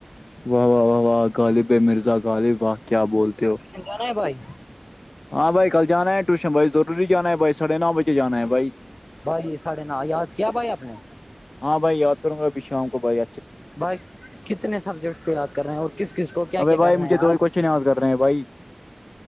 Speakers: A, on the left; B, on the left.
A: واہ واہ واہ واہ غالب مرزا غالب واہ کیا بولتے ہو
B: چتا نہیں بھائی
A: ہاں بھائی کل جانا ہے ٹیوشن بھائی ضروی جانا ہے بائیاھے نو بجے جانا ہے بھائی
B: بھائی سڑے ن یاد کیا بھائی آپ نے
A: ہاں بھائی یاد کروں گابھی شام کو بائی
B: بھائی کتنے سبجیکٹس کو یاد کر رہے ہیں اور کس کس کو کیا
A: ابے
B: کیا
A: بھائی
B: کر رہے
A: مجھے
B: ہیں
A: دو ہی کوشچن یاد کر رہے ہیں بھائی